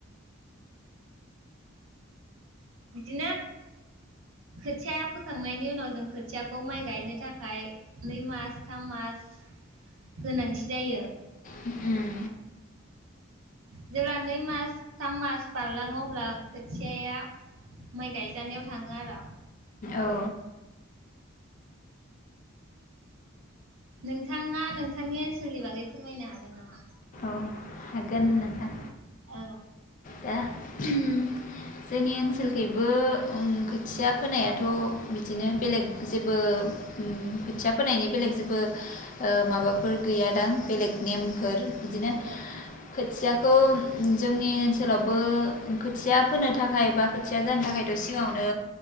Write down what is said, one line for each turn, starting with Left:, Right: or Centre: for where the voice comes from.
Right: बिदिनो खोथिया फोखांनायनि उनाव जों खोथियाखौ माइ गायनो थाखाय नै मास थाम मास गोनांथि जायो।
Left: उम।
Right: जेब्ला नै मास थाम मास बारलाङो अब्ला खोथियाया माइ गायजानायाव थाङो आरो
Left: औ।
Right: नोंथाङा नोंथांनि ओनसोलनि बागै फोरमायनो हागोन नामा?
Left: अ हागोन नोंथां।
Right: औ।
Left: दा जोंनि ओनसोलखैबो ओं खोथिया फोनायाथ' बिदिनो बेलेग जेबो उम खोथिया फोनायनि बेलेग जेबो ओ माबाफोर गैयादां बेलेग नेमफोर बिदिनो
Right: औ
Left: खोथियाखौ जोंनि ओनसोलावबो खोथिया फोनो थाखाय बा खोथिया जानो थाखायथ सिगाङावनो